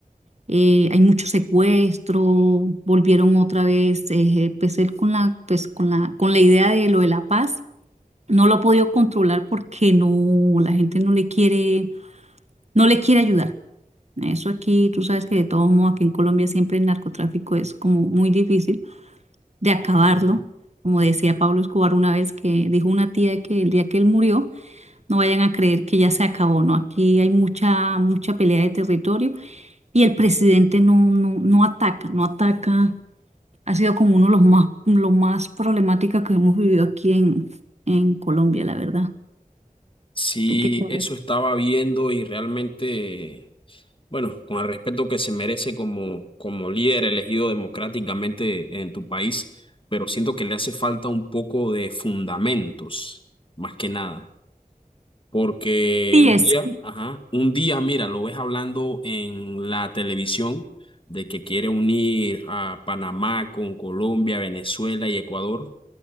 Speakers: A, on the right (about 50°); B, on the left (about 35°).
A: eh, hay mucho secuestro, volvieron otra vez, eh, empecé con la, pues, con la, con la idea de lo de la paz. No lo he podido controlar porque no, la gente no le quiere no le quiere ayudar. Eso aquí, tú sabes que de todo modo aquí en Colombia siempre el narcotráfico es como muy difícil de acabarlo. Como decía Pablo Escobar una vez que dijo una tía que el día que él murió, no vayan a creer que ya se acabó, ¿no? Aquí hay mucha, mucha pelea de territorio y el presidente no, no, no ataca, no ataca. Ha sido como uno de los más, lo más problemática que hemos vivido aquí en, en Colombia, la verdad.
B: Sí,
A: ¿Tú qué sabes?
B: eso estaba viendo y realmente, bueno, con el respeto que se merece como, como líder elegido democráticamente en tu país, pero siento que le hace falta un poco de fundamentos, más que nada, porque
A: Sí
B: un
A: es.
B: día, ajá, un día, mira, lo ves hablando en la televisión de que quiere unir a Panamá con Colombia, Venezuela y Ecuador